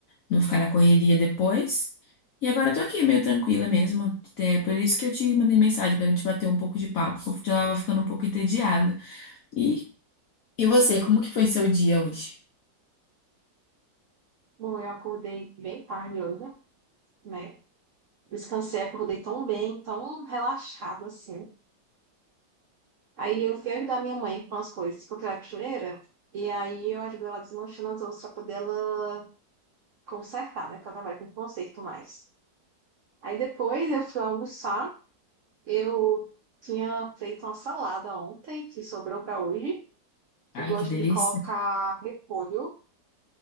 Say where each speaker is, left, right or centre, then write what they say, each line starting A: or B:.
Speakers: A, on the left; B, on the right.
A: não ficar na correria depois. E agora eu tô aqui meio tranquila mesmo. É por isso que eu te mandei mensagem pra gente bater um pouco de papo, porque eu tava ficando um pouco entediada. E, e você, como que foi seu dia hoje?
B: Bom, eu acordei bem tarde hoje, né? Descansei, acordei tão bem, tão relaxada assim. Aí eu fui ajudar minha mãe com as coisas, porque ela é costureira. E aí eu ajudo ela desmanchando as outras pra poder ela consertar, né? Porque ela trabalha com conserto mais. Aí depois eu fui almoçar. Eu tinha feito uma salada ontem, que sobrou pra hoje.
A: Ai,
B: Eu gosto
A: que delícia.
B: de colocar repolho